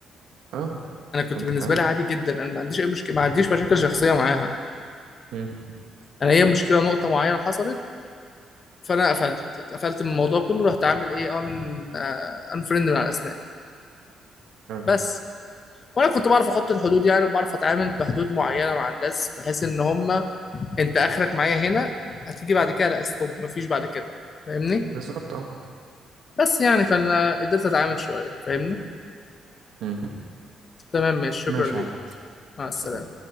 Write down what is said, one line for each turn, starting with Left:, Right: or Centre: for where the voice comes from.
Right: اه
Left: انا كنت
Right: انت
Left: بالنسبه
Right: فاهم
Left: لي عادي جدا انا ما عنديش اي مشكله ما عنديش مشاكل شخصيه معاها
Right: امم
Left: انا هي مشكله نقطه معينه حصلت فانا قفلت اتقفلت من الموضوع كله رحت عامل ايه ان انفريند من على الاسناب
Right: اه
Left: بس وانا كنت بعرف احط الحدود يعني وبعرف اتعامل بحدود معينه مع الناس بحيث ان هم انت اخرك معايا هنا هتيجي بعد كده لا ستوب مفيش بعد كده فاهمني
Right: بالظبط اه
Left: بس يعني فانا قدرت اتعامل شويه فاهمني
Right: امم
Left: تمام ماشي شكرا
Right: ماشي
Left: ليك
Right: يا عم
Left: مع السلامه
Right: سلام